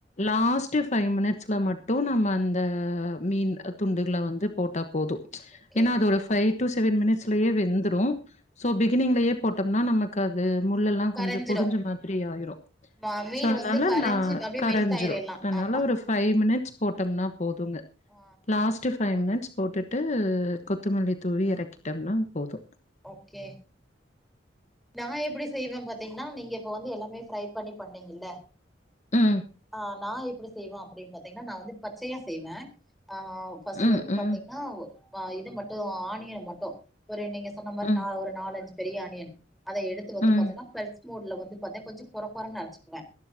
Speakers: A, on the left; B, in the centre.
A: லாஸ்ட் ஃபைவ் மினிட்ஸ்ல மட்டு நம்ம அந்த மீன் துண்டுகள வந்து போட்டா போது
B: ஓகே
A: ஏன்னா அது ஒரு ஃபைவ் டு செவன் மினிட்ஸ்லயே வெந்துரு சோ பிகினிங்லயே போட்டோம்னா நமக் காது முள்ளெல்லா
B: கரஞ்சிடு
A: கொஞ்சோ பொடிஞ்ச மாதிரி ஆயிரு
B: ஆமா மீன்
A: சோ அதனால
B: வந்து கரைஞ்சு
A: நா
B: அப்டியே
A: கரைஞ்சிரும்
B: மெல்ட் ஆயிரு எல்லா
A: அதனால
B: ஆமா
A: ஒரு பைவ் மினிட்ஸ் போட்டோம்னா போதுங்க
B: ஆ
A: லாஸ்ட் பைவ் மினிட்ஸ் போட்டு ட்டு கொத்துமல்லி தூவி எறக்கிட்டம்னா போது
B: ஓகே நா எப்டி செய்வே பாத்தீங்கன்னா நீங்க இப்ப வந்து எல்லாமே ஃப்ரை பண்ணி பண்ணீங்கல்ல
A: ம்
B: ஆ நா எப்டி செய்வே அப்டின் பாத்தீங்கன்னா நா வந்து பச்சையா செய்வே ஆ பஸ்ட்
A: ம்
B: வந்து
A: ம்
B: பாத்தீங்கன்னா ஆ இது மட்டு ஆணியன் மட்டு ஒரு நீங்க சொன்ன மாரி
A: ம்
B: நா ஒரு நாலு அஞ்சு பெரிய ஆனியன் அத எடுத்து வந்து
A: ம்
B: பாத்தீங்கன்னா பிரஸ் மூட்ல வந்து பாத்த கொஞ்சோ கொற கொறன்னு அரைச்சுக்குவே